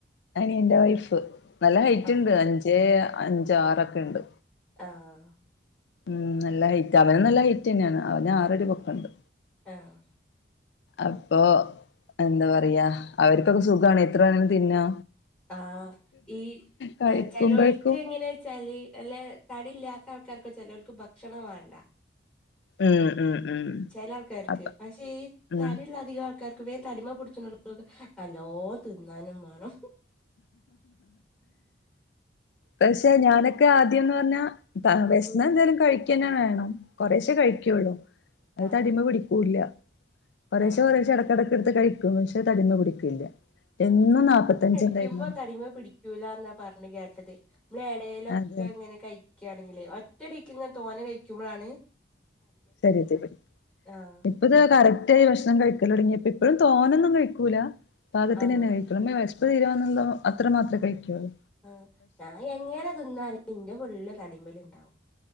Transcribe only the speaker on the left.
അയ്നിന്റെ വൈഫ് നല്ല ഹൈറ്റ്
ഉണ്ട് അഞ്ചെ അഞ്ച് ആറൊക്കെ ഉണ്ട്
ഉം നല്ല ഹൈറ്റ് അവന നല്ല ഹൈറ്റ് തന്നേയാണ് അവന് ആറടി പൊക്ക ണ്ട്.
അപ്പൊ എന്താ പറയാ അവര് കൊക്കെ സുഖാണ് എത്ര വേണങ്കിലും തിന്ന.
കഴിക്കുമ്പോഴേക്കും
ഉം ഉം ഉം
അപ്പ
ഉം
പക്ഷെ ഞാനൊക്കെ ആദ്യന്ന് പറഞ്ഞാ. ത്ത വെഷ്ന്നാ
എന്തേലും കഴിക്കന്നേ വേണം കൊറേശേ കഴിക്ക്യാെള്ളൂ. അത്
തടിമെ പിടിക്കൂല്ല. കൊറേശെ
കൊറേശെ എടക്ക്ടക്ക് എടുത്ത് കഴി <unintelligible> തടിമപിടിക്കെ ഇല്ല എന്നും നാപ്പത്തഞ്ച്. ഉണ്ടായിരുന്നുള്ളു
അതെ
<unintelligible>
ഇപ്പ ഇത് കറക്റ്റാ യി ഭക്ഷണം കഴിക്കല് തൊടങ്ങിട്ട് ഇപ്പഴും തോന്നൊന്നും കഴിക്കൂല പാകത്തിനെ
ന്നെ കഴിക്ക. നല്ല വെഷ്പ് തീരാനുണ്ടൊ അത്ര മാത്യേ കഴിക്ക്യുള്ളൂ.